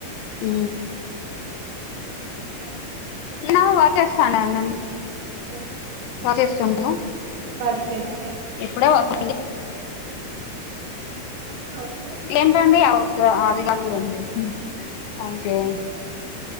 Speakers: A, on the left (about 80°); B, on the right (about 85°).
A: ఊ
B: ఆ
A: నా వా చేేస్తానునండి
B: అ
A: వర్క్ చేస్తుంటాం
B: వర్క్ చేస్తా
A: ఎప్పుడ వర్కుటి
B: ఓకే
A: ఏంటండి అవసర అది కదులే ఏంటి ఓకే